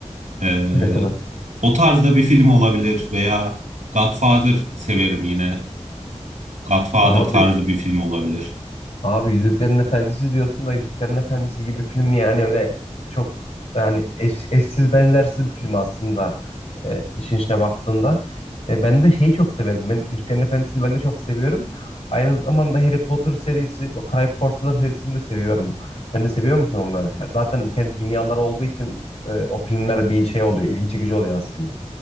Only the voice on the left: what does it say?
Evet evet.
Abi
Abi Yüzüklerin Efendisi diyorsun da Yüzüklerin Efendisi gibi film yani öyle çok yani eş- eşsiz benzersiz bir film aslında e, işin içine baktığında. E, ben de şeyi çok severim. Ben Yüzüklerin Efendisi'ni ben de çok seviyorum. Aynı zamanda Harry Potter serisi, bu Karayip Korsanları serisini de seviyorum. Sen de seviyor musun onları? Yani zaten kendi dünyaları olduğu için e, o filmler bir şey oluyor, ilgi çekici oluyor aslında.